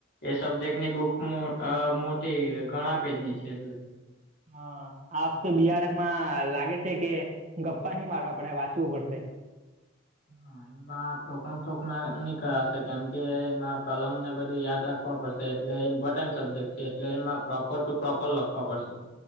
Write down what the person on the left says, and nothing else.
એ સબ્જેક્ટની બુક મોં અ મોટી ઘણા પેજની છે, એટલે
હા. એમાં થોકમ છોક ના નીકળાશે, કેમકે એમાં કલમ ને બધું યાદ રાખવા પડશે. એટલે ઇમ્પોર્ટન્ટ સબ્જેક્ટ છે, એટલે એમાં પ્રોપર ટુ પ્રોપર લખવા પડશે.